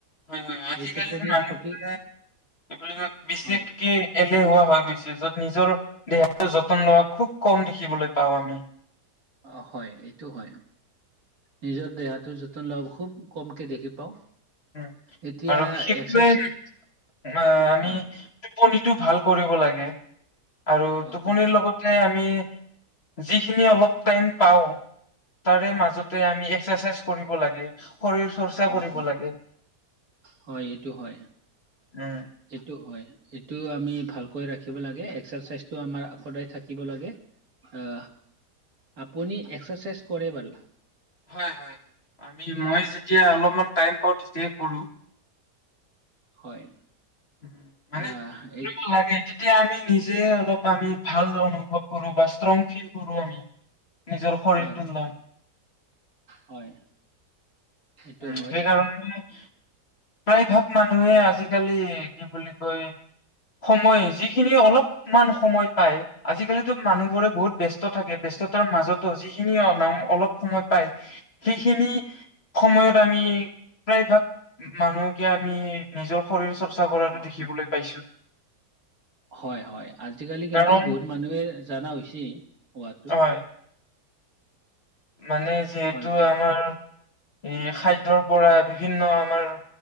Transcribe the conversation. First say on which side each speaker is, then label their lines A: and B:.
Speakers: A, on the left (about 40°); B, on the right (about 60°).
A: হয় হয়, আজিকালিৰ
B: এই টোপনি
A: মানুহবোৰে
B: ক্ষতি
A: বিশেষকে
B: হয়
A: এলেহুৱা হৈ গৈছে য'ত নিজৰ দেহৰ যতন লোৱা খুব কম দেখিবলৈ পাও আমি।
B: অ হয়, এইটো হয়। নিজৰ দেহাটো যতন লৱা খুব কমকে দেখি পাওঁ।
A: উ,
B: এতিয়া
A: আৰু বিশেষকৈ
B: এক্সাৰচ
A: আমি
B: হয়
A: টোপনিটো ভাল কৰিব লাগে আৰু
B: অ
A: টোপনিৰ
B: টোপনি
A: লগতে
B: টোপ-
A: আমি যিখিনি অলপ টাইম পাওঁ তাৰে মাজতে আমি এক্সাৰচাইজ কৰিব লাগে। শৰীৰ চৰ্চা
B: অ
A: কৰিব
B: হয়
A: লাগে।
B: হয় এইটো হয়।
A: উম
B: এইটো হয়। এইটো আমি ভালকৈ ৰাখিব লাগে, এক্সাৰচাইজটো আমাৰ সদায় থাকিব লাগে। অ, আপুনি এক্সাৰচাইজ কৰে বাৰু?
A: হয় হয়, আমি মই যেতিয়া অলপমান টাইম পাওঁ তেতিয়াই কৰো।
B: হয়।
A: উম, মানে
B: আহ এই
A: <unintelligible> তেতিয়া আমি নিজে অলপ আমি ভাল অনুভৱ কৰোঁ বা ষ্ট্ৰং ফিল কৰোঁ আমি। নিজৰ শৰীৰটো
B: হয়,
A: লয়
B: হয়। এইটো
A: উম,
B: হয়
A: সেইকাৰণে প্ৰায় ভাগ মানুহে আজিকালি কি বুলি কয় সময় যিখিনি অলপ মান সময় পাই আজিকালিতো মানুহবোৰে বহুত ব্যস্ত থাকে ব্যস্ততাৰ মাজতো যিখিনি নাম অলপ সময় পায় সেইখিনি সময়ত আমি প্ৰায় ভাগ মানুহকে আমি নিজৰ শৰীৰ চৰ্ চা কৰাটো
B: আহ
A: দেখিবলৈ পাইছো
B: হয় হয় আজিকালি কিন্তু
A: কাৰণ
B: বহুত মানুহে জানা হৈছে হোৱাত
A: হয় মানে যিহেতু
B: হয়
A: আমাৰ এই খাদ্যৰ পৰা বিভিন্ন আমাৰ